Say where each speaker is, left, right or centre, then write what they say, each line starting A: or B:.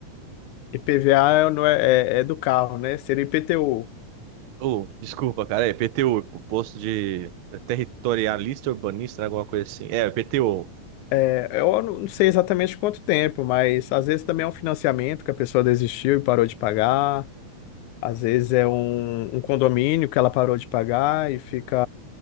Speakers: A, on the left; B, on the right.
A: IPVA não é, é, é do carro, né? Seria IPTU.
B: Oh, desculpa, cara. É PTU, posto de territorialista urbanista, né, alguma coisa assim. É, PTU.
A: É, eu não não sei exatamente quanto tempo, mas às vezes também é um financiamento que a pessoa desistiu e parou de pagar. Às vezes é um, um condomínio que ela parou de pagar e fica